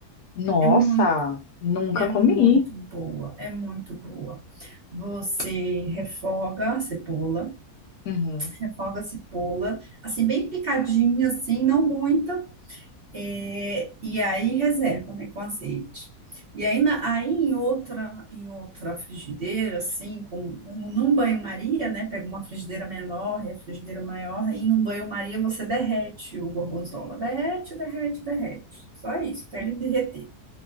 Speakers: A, on the left; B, on the right.
A: Nossa,
B: É muito,
A: nunca
B: é
A: comi.
B: muito boa, é muito boa. Você refoga a cebola,
A: Uhum,
B: refoga a cebola, assim, bem picadinha, assim, não muita, é, e aí reserva, né, com azeite. E aí, na- aí em outra, em outra frigideira, assim, com, um- num banho-maria, né, pega uma frigideira menor e a frigideira maior, aí num banho-maria você derrete o gorgonzola, derrete, derrete, derrete, só isso, até ele derreter.